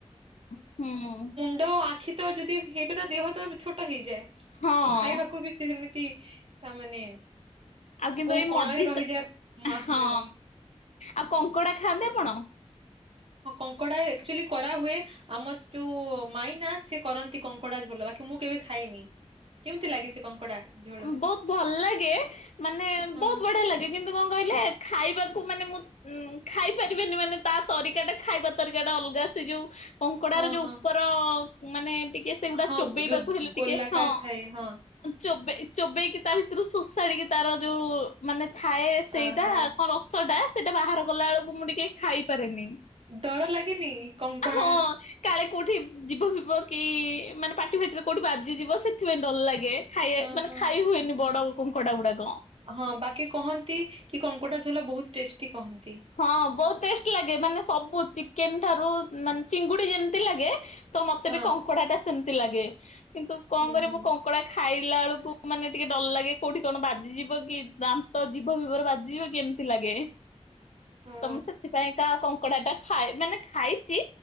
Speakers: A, on the left (about 80°); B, on the right (about 55°).
A: ହୁଁ।
B: ଣ୍ଡ ତ ଆଖି ତ ଯଦି ହେଇଗୋରା ଦେହ ତ ଛୋଟ ହେଇଯାଏ।
A: ହଁ
B: ତ ଖାଇବାକୁ ବି ସେ ଯେମିତି ତା ମାନେ
A: ଆଉ କିନ୍ତୁ
B: କୋଉ
A: ଏଇ
B: କୋଣରେ
A: ମଝି
B: ରହିଯା
A: ସ
B: ମନେ
A: ହଁ।
B: ନାହିଁ।
A: ଆଉ କଙ୍କଡା ଖାଆନ୍ତି ଆପଣ?
B: ହଁ କଙ୍କଡା ଆକ୍ଚୁଆଲି କରାହୁଏ। ଆମ ଯୋଉ ମାଇଁ ନା, ସେ କରନ୍ତି କଙ୍କଡା ଝୋଲ ବାକି ମୁଁ କେବେ ଖାଇନି। କେମିତି ଲାଗି ସେ କଙ୍କଡା? ଝୋଳ?
A: ହଁ ବହୁତ ଭଲ ଲାଗେ ମାନେ,
B: ହଁ
A: ବହୁତ ବଢିଆ ଲାଗେ କିନ୍ କିନ୍ତୁ କଣ କହିଲେ ଖାଇବାକୁ ମାନେ ମୁଁ ଉଁ ଖାଇ ପାରିବେନି ମାନେ ତା ତରିକା ଟା ଖାଇବା ତରିକା ଟା ଅଲଗା ସେ ଯୋଉ କଙ୍କଡାର
B: ହଁ
A: ଯୋଉ
B: ହଁ
A: ଉପର ମାନେ ଟିକେ ସେଗୁଡା
B: ହଁ
A: ଚୋବେଇବାକୁ
B: ଯୋଉ
A: ହେଲେ
B: ଗୋଲାକାର
A: ଟିକେ ହଁ।
B: ଥାଏ ହଁ।
A: ଚୋବେ ଚୋବେଇକି ତା ଭିତରୁ ସୋଷାଡ଼ିକି ତାର ଯୋଉ ମାନେ ଥାଏ ସେଇଟା
B: ଓହୋ
A: କଣ ରସ ଟା ସେଇଟା ବାହାର ଗଲା ବେଳକୁ ମୁଁ ଟିକେ ଖାଇପାରେନି।
B: ଡର ଲାଗେନି କଙ୍କଡା?
A: ହଁ କାଳେ କଉଠି ଜିବ ଫିବ କି ମାନେ ପାଟି ଫାଟିରେ କଉଠି ବାଜିଯିବ ସେଥିପାଇଁ ଡର ଲାଗେ। ଖାଇବା
B: ହଁ
A: ମାନେ
B: ହଁ।
A: ଖାଇ ହୁଏନି ବଡ କଙ୍କଡା ଗୁଡ଼ାକ।
B: ହଁ ବାକି କହନ୍ତି, କି କଙ୍କଡା ଝୋଳ ବହୁତ ଟେଷ୍ଟି କହନ୍।
A: ହଁ ବହୁତ ଟେଷ୍ଟ ଲାଗେ ମାନେ ସବୁ ଚି କେମଠାରୁ ମାନେ ଚିଙ୍ଗୁଡି ଯେମିତି ଲାଗେ ତ ମତେ
B: ହଁ
A: ବି କଙ୍କଡା ଟା ସେମିତି ଲାଗେ। କିନ୍ତୁ କଣ
B: ହୁଁ
A: କରେ
B: ହୁଁ
A: ମୁଁ କଙ୍କ ଙ୍କଡା ଖାଇଲା ବେଳକୁ ମାନେ ଟିକେ ଡର ଲାଗେ କୋଉଠି କଣ ବାଜିଯିବ କି ଦାନ୍ତ ଜୀବ ଫିବରେ ବାଜିଯିବ କି ଏମ୍ ଥିଲାଗେ।
B: ହଁ
A: ତ ମୁଁ ସେଥିପାଇଁ କା କଙ୍କଡା ଟା ଖାଏ ମାନେ ଖାଇଛି